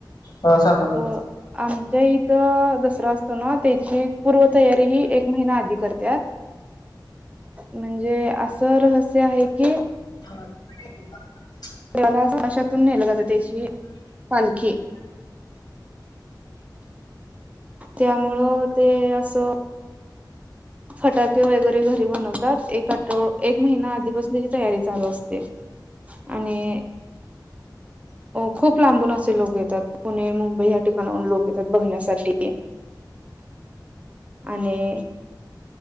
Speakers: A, on the left; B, on the right.
A: हा सांग ना
B: अ आमच्या इथं दसरा असतो ना त्याची पूर्वतयारी ही एक महिना आधी करते म्हणजे असं रहस्य आहे की
A: ह
B: तलामाशातून नेलं जातं त्याची पालखी त्यामुं ते असं फटाके वगैरे घरी बनवतात एक आठ एक महिना आधीपासून तयारी चालू असते आणि खूप लांबून असे लोक येतात पुणे मुंबई ठिकाणाून लोक येतात बघण्यासाठी आणि